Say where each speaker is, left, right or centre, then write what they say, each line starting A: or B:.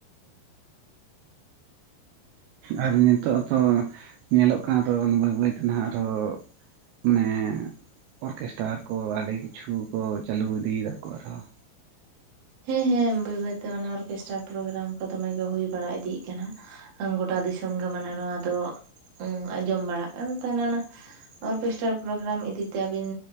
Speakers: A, on the right (about 80°); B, on the right (about 55°).
A: ᱟᱨ ᱱᱤᱛᱚᱜ ᱦᱚᱛᱚ ᱧᱮᱞᱚᱜ ᱠᱟᱱᱟ ᱛᱚ ᱵᱟᱹᱭ ᱵᱟᱹᱭ ᱛᱮ ᱱᱟᱜ ᱟᱨᱦᱚ, ᱢᱟᱱᱮ ᱚᱨᱠᱮᱥᱴᱟᱨ ᱠᱚ ᱟᱹᱰᱤ ᱠᱤᱪᱷᱩ ᱠᱚ ᱪᱟᱹᱞᱩ ᱤᱫᱤᱭᱮᱫᱟ ᱠᱚ ᱟᱨᱦᱚᱸ।
B: ᱦᱮᱸ ᱦᱮᱸ ᱵᱟᱹᱭ ᱵᱟᱹᱭ ᱛᱮ ᱚᱱᱮ ᱚᱨᱠᱮᱥᱴᱨᱟ ᱯᱨᱳᱜᱨᱟᱢ ᱠᱚ ᱫᱚᱢᱮ ᱜᱮ ᱦᱩᱭ ᱵᱟᱲᱟ ᱤᱫᱤᱜ ᱠᱟᱱᱟ। ᱜᱚᱴᱟ ᱫᱤᱥᱚᱢ ᱜᱮ ᱢᱟᱱᱮ ᱱᱚᱣᱟ ᱫᱚ ᱩ ᱟᱸᱡᱚᱢ ᱵᱟᱲᱟᱜ ᱟᱫᱚ ᱛᱟᱦᱞᱮ ᱚᱱᱟ। ᱚᱨᱠᱮᱥᱴᱟᱨ ᱯᱨᱳᱜᱨᱟᱢ ᱤᱫᱤ ᱛᱮ ᱟᱹᱵᱤᱱ